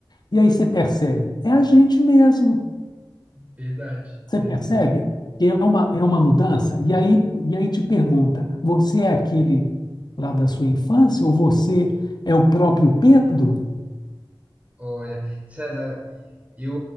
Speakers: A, on the left; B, on the right.
A: E aí você percebe, é a gente mesmo.
B: verdade,
A: Você
B: verdade.
A: percebe que é uma, é uma mudança? E aí, e aí te pergunta: você é aquele lá da sua infância ou você é o próprio Pedro?
B: Olha, César, eu